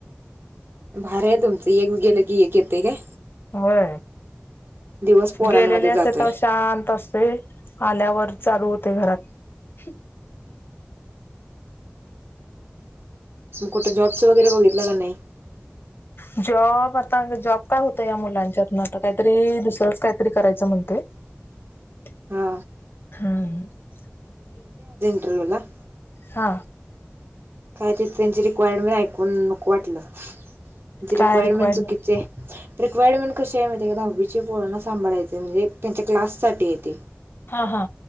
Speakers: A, on the right; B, on the left.
A: भार आहे तुमचं एक गेलं की एक येते काय
B: हा
A: दिवस पोरांमध्ये
B: गेलेले असत्यात
A: जातोय.
B: तवा शांत असतंय, आल्यावर चालू होतय घरात
A: कुठे जॉब्सचं वगैरे बघितलं का नाही?
B: जॉब आता जॉब काय होतय, या मुलांच्यातन, आता काहीतरी दुसरंच काहीतरी करायचं म्हणतय. <unintelligible>
A: हा
B: हां
A: <unintelligible> ना
B: हा
A: काय ते त्यांची रिक्वायरमेंट ऐकून नको वाटलं. जी रिकवायरमेंट
B: काय रिक्वायरमेंट
A: चुकीची आहे. रिक्वायरमेंट कशी आहे, माहिती आहे का, दहावीची पोरांना सांभाळायचय, म्हणजे त्यांच्या क्लाससाठी हाय ते.
B: हा, हा